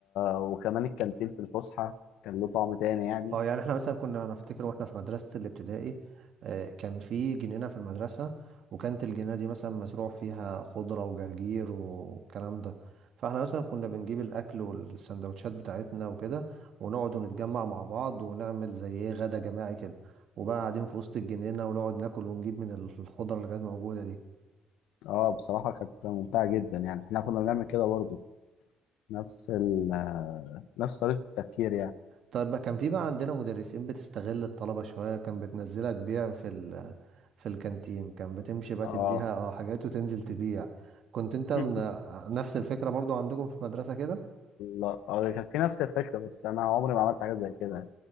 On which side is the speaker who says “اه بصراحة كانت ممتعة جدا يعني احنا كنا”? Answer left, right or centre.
Left